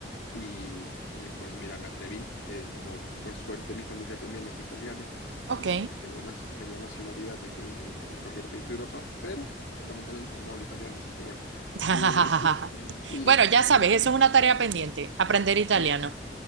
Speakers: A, on the left (about 90°); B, on the right (about 80°).
A: y, y pues mira, me atreví, eh, como por suerte mi familia también es italiana
B: Ok.
A: pues tengo, naci- tengo nacionalidad aquí en, en cualquier país de Europa, pero lamentablemente no hablo italiano, así que bueno,
B: <laughs>
A: ni, <laughs> ni,
B: Bueno, ya sabes,
A: ni- ni-
B: eso es una tarea pendiente, aprender italiano.
A: sí,